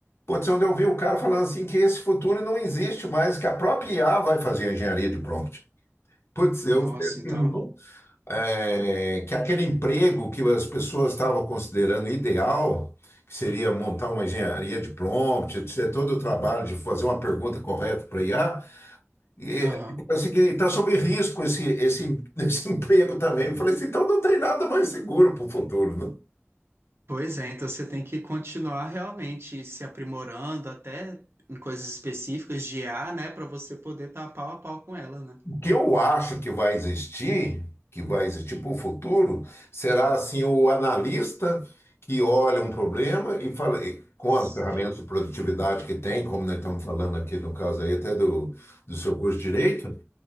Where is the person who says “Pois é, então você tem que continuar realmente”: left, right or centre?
Right